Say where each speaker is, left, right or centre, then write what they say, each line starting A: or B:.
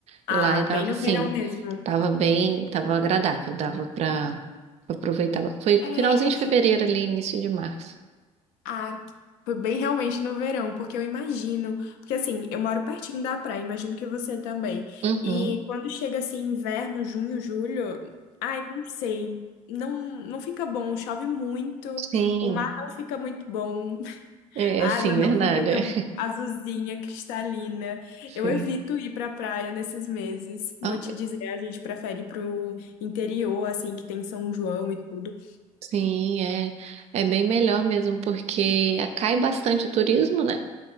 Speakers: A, on the right (about 40°); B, on the left (about 55°).
A: E
B: Ah,
A: lá eu
B: bem
A: tava
B: no
A: assim,
B: verão mesmo.
A: tava bem, tava agradável, dava pra pra aproveitar. ba- Foi
B: É,
A: finalzinho
B: é
A: de
B: que
A: fevereiro ali, início de março.
B: Ah, foi bem realmente no verão, porque eu imagino, porque assim, eu moro pertinho da praia, imagino que você também.
A: Uhum.
B: E quando chega assim inverno, junho, julho, ai, não sei, não não fica bom, chove muito,
A: Sim,
B: o mar não fica muito bom, <laughs>
A: é,
B: a
A: é, sim,
B: água não
A: verdade.
B: fica tão
A: é.
B: azulzinha, cristalina.
A: Sim.
B: Eu evito ir pra praia nesses meses. Vou
A: Ah,
B: te dizer, a gente prefere ir pro interior, assim, que tem São João e tudo.
A: sim, é, é bem melhor mesmo, porque eh, cai bastante turismo, né?